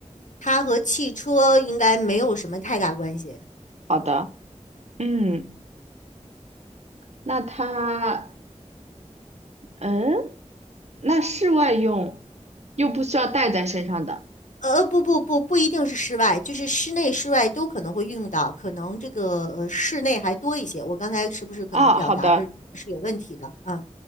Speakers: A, on the left; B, on the right.
A: 它和汽车应该没有什么太大关系，
B: 好的，嗯，那它嗯，那室外用又不需要带在身上的。
A: 呃，呃不不不，不一定是室外，就是室内室外都可能会用到，可能这个呃室内还多一些，我刚才是不是可能表达的是有问题的？
B: 啊，好的，
A: 嗯